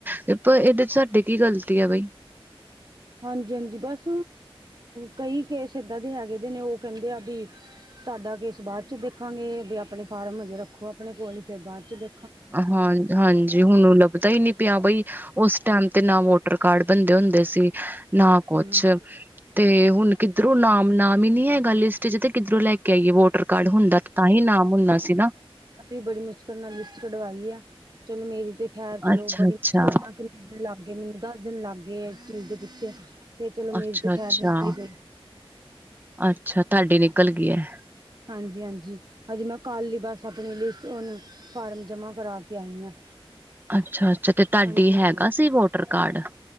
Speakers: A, on the right; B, on the right.
A: ਤੇ ਪਰ ਇਹਦੇ ਚ ਸਾਡੇ ਕੀ ਗਲਤੀ ਆ ਬਈ
B: ਹਾਂਜੀ, ਹਾਂਜੀ ਬਸ ਕਈ ਕੇਸ ਏਦਾਂ ਦੇ ਹੈਗੇ ਦੇ ਨੇ ਉਹ ਕਹਿੰਦੇ ਆ ਵੀ ਤਾਡਾ ਕੇਸ ਬਾਦ 'ਚ ਦੇਖਾਂਗੇ। ਬੀ ਅਪਣੇ ਫਾਰਮ ਹਜੇ ਰੱਖੋ ਅਪਣੇ ਕੋਲ ਈ। ਫੇਰ ਬਾਦ 'ਚ ਦੇ
A: ਹਾਂ ਹਾਂਜੀ ਹੁਣ ਲੱਭਦਾ ਹੀ ਨਹੀਂ ਪਿਆ ਬਈ ਉਸ ਟੈਮ ਤੇ ਨਾ ਵੋਟਰ ਕਾਰਡ ਬਣਦੇ ਹੁੰਦੇ ਸੀ ਨਾ ਕੁਛ,
B: ਹੂੰ
A: ਤੇ ਹੁਣ ਕਿੱਧਰੋਂ ਨਾਮ, ਨਾਮ ਹੀ ਨੀ ਹੈਗਾ ਲਿਸਟ ਚ ਤੇ ਕਿਧਰੋਂ ਲੈ ਕੇ ਕਈ ਵੋਟਰ ਕਾਰਡ ਹੁੰਦਾ ਤਾਂ ਹੀ ਨਾਮ ਹੁੰਦਾ ਸੀ ਨਾ
B: ਵੀ ਬੜੀ ਮੁਸ਼ਕਿਲ ਨਾਲ ਲਿਸਟ ਕਢਵਾਈ ਆ ਚਲੋ ਮੇਰੀ ਤੇ ਖੈਰ ਚਲੋ
A: ਅੱਛਾ
B: ਬੜੀ
A: ਅੱਛਾ
B: ਮੁਸ਼ਕਿਲ ਨਾਲ ਕਿਨ ਲੱਗ ਗਏ ਮੈਨੂੰ ਦੱਸ ਦਿਨ ਲੱਗ ਗਏ ਇਸ ਚੀਜ਼ ਦੇ ਪਿੱਛੇ ਫੇਰ ਚਲੋ
A: ਅੱਛਾ
B: ਮੇਰੀ ਤੇ
A: ਅੱਛਾ
B: ਖੈਰ ਨਿਕਲੀ ਪਈ
A: ਅੱਛਾ ਤੁਹਾਡੀ ਨਿਕਲ ਗਈ ਹੈ।
B: ਹਾਂਜੀ, ਹਾਂਜੀ, ਹਾਂਜੀ ਮੈਂ ਹਜੇ ਕੱਲ ਹੀ ਬਸ ਆਪਣੀ ਲਿਸਟ ਫਾਰਮ ਜਮਾਂ ਕਰਾ ਕੇ ਆਈ ਹਾਂ।
A: ਅੱਛਾ, ਅੱਛਾ ਤੇ ਤੁਹਾਡੀ
B: ਹਾਂਜੀ-ਹਾਂਜੀ।
A: ਹੈਗਾ ਸੀ ਵੋਟਰ ਕਾਰਡ